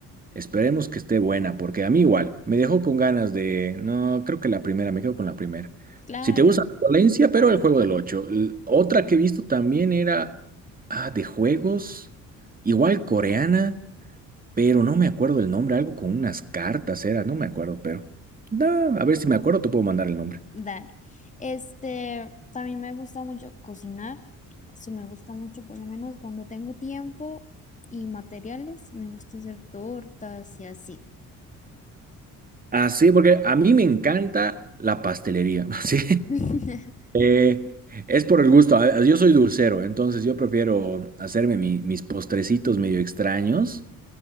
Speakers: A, on the right; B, on the left.
A: esperemos que esté buena, porque a mí igual, me dejó con ganas de... No, creo que la primera, me quedo con la primera.
B: claro,
A: Si te gusta la violencia, pero el juego del 8. Otra que he visto también era... Ah, de juegos, igual coreana pero no me acuerdo el nombre, algo con unas cartas era, no me acuerdo, pero da, a ver si me acuerdo, te puedo mandar el nombre.
B: dale. Este, también me gusta mucho cocinar. Eso me gusta mucho, por lo menos cuando tengo tiempo y materiales, me gusta hacer tortas y así.
A: Ah, sí, porque a mí me encanta la pastelería, <laughs> sí.
B: <laughs>
A: Eh, es por el gusto, a- yo soy dulcero, entonces yo prefiero hacerme mi- mis postrecitos medio extraños